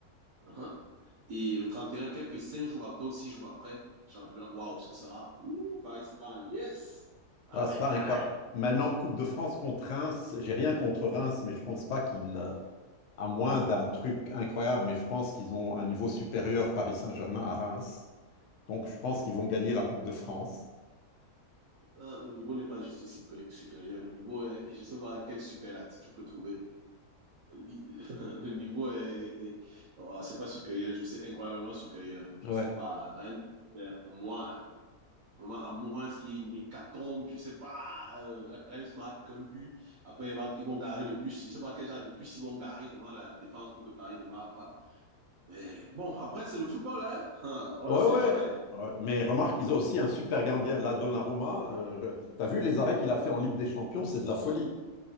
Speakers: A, on the right; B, on the left.
A: Uhum. Et le 31 quelques cinq jours après ou six jours après, championnat. Waouh, ce sera. Ouh, Paris sera en liesse. Aïe,
B: Ça serait
A: aïe.
B: incroyable. Maintenant, Coupe de France contre Reims. J'ai rien contre Reims, mais je pense pas qu'ils euh, à moins d'un truc incroyable, mais je pense qu'ils ont un niveau supérieur Paris Saint-Germain à Reims. Donc je pense
A: <laughs>
B: qu'ils vont gagner la Coupe de France.
A: Ah, Le niveau n'est pas juste supé- supérieur. Le niveau est. Je ne sais pas quel superlatif je peux trouver. <laughs> Le niveau est. est- oh, c'est pas supérieur, je sais, incroyablement supérieur. Je
B: Ouais.
A: ne sais pas. hein, pour moi, hein. Vraiment, à moins qu'il y ait une hécatombe, je ne sais pas, euh, Reims marque un but, après ils vont, ils vont garer le bus, je ne sais pas quel genre de bus ils vont garer devant la défense pour que Paris ne marque pas. Mais bon, après c'est le football, hein, <laughs> on
B: Ouais,
A: ne sait
B: ouais.
A: jamais.
B: ouais. Mais remarque, ils ont aussi un super gardien, là, Donnarumma. Euh, je- T'as vu les arrêts qu'il a fait en Ligue des Champions, c'est de la folie.